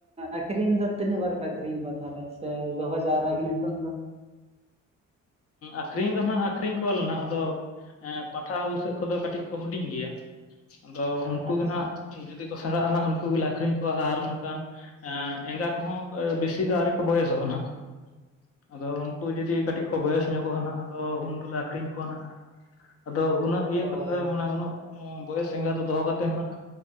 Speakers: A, on the right; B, on the left.
A: ᱟᱠᱠᱷᱨᱤᱧ ᱫᱚ ᱛᱤᱱᱟᱹᱜ ᱵᱟᱨ ᱯᱮ ᱟᱠᱷᱨᱤᱧ ᱠᱚᱣᱟ ᱛᱟᱦᱞᱮ ᱥᱮ ᱫᱚᱦᱚ ᱡᱟᱣᱨᱟ ᱱᱤᱛᱚᱝ ᱫᱚ
B: ᱟᱹᱠᱷᱨᱤᱧ ᱫᱚ ᱦᱟᱸᱜ ᱟᱠᱠᱷᱨᱤᱧ ᱠᱚᱣᱟᱞᱮ ᱱᱟᱜ ᱟᱫᱚ ᱯᱟᱸᱴᱷᱟ ᱵᱩᱥᱟᱹᱜ ᱠᱚᱫᱚ ᱠᱟᱹᱴᱤᱡ ᱠᱚ ᱦᱩᱰᱤᱧ ᱜᱮᱭᱟ ᱟᱫᱚ ᱩᱱᱠᱩ
A: ᱟᱪᱪᱷᱟ
B: ᱜᱮ ᱱᱟᱜ ᱡᱩᱫᱤ ᱥᱮᱬᱟᱜᱼᱟ ᱩᱱᱠᱩ ᱜᱮᱞᱮ ᱟᱠᱠᱷᱨᱤᱧ ᱠᱚᱣᱟ ᱟᱨ ᱚᱱᱠᱟᱱ ᱮᱸᱜᱟ ᱠᱚᱦᱚᱸ ᱵᱮᱥᱤ ᱫᱚ ᱟᱹᱣᱨᱤ ᱠᱚ ᱵᱚᱭᱮᱥᱚᱜᱼᱟ ᱱᱟᱜ ᱟᱫᱚ ᱩᱱᱠᱩ ᱡᱩᱫᱤ ᱠᱟᱹᱴᱤᱡ ᱠᱚ ᱵᱚᱭᱮᱥ ᱧᱚᱜᱚᱜᱼᱟ ᱱᱟᱦᱟᱜ ᱟᱫᱚ ᱩᱱ ᱫᱚᱞᱮ ᱟᱹᱠᱷᱨᱤᱧ ᱠᱚᱣᱟ ᱱᱟᱦᱟᱜ ᱟᱫᱚ ᱩᱱᱟᱹᱜ ᱤᱭᱟᱹ
A: ᱦᱳᱭ
B: ᱠᱚᱛᱮ ᱢᱟᱱᱮ ᱩᱱᱟᱹᱜ ᱵᱚᱭᱮᱥ ᱮᱸᱜᱟ ᱫᱚ ᱫᱚᱦᱚ ᱠᱟᱛᱮᱫ ᱱᱟᱜ